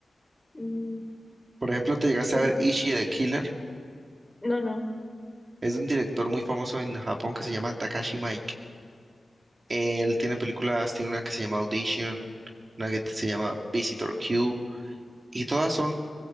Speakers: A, on the left; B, on the right.
A: Mm,
B: Por ejemplo, te llegaste
A: no,
B: a ver Ishi the Killer.
A: no, no,
B: Es de un director muy famoso en Japón que se llama Takashi Miike. Él tiene películas, tiene una que se llama Audition, una que se llama Visitor Q, y todas son